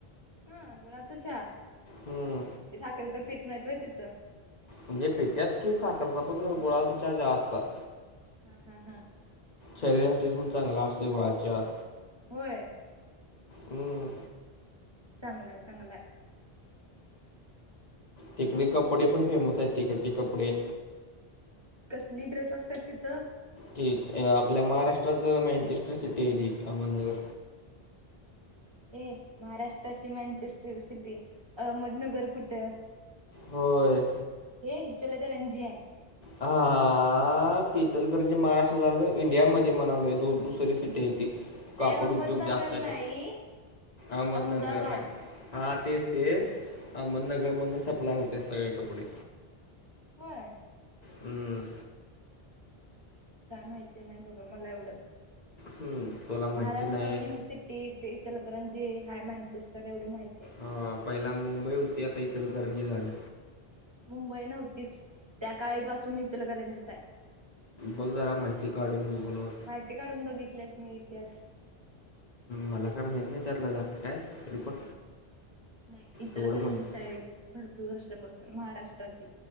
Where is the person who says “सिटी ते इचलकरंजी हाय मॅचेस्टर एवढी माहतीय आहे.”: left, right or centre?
Right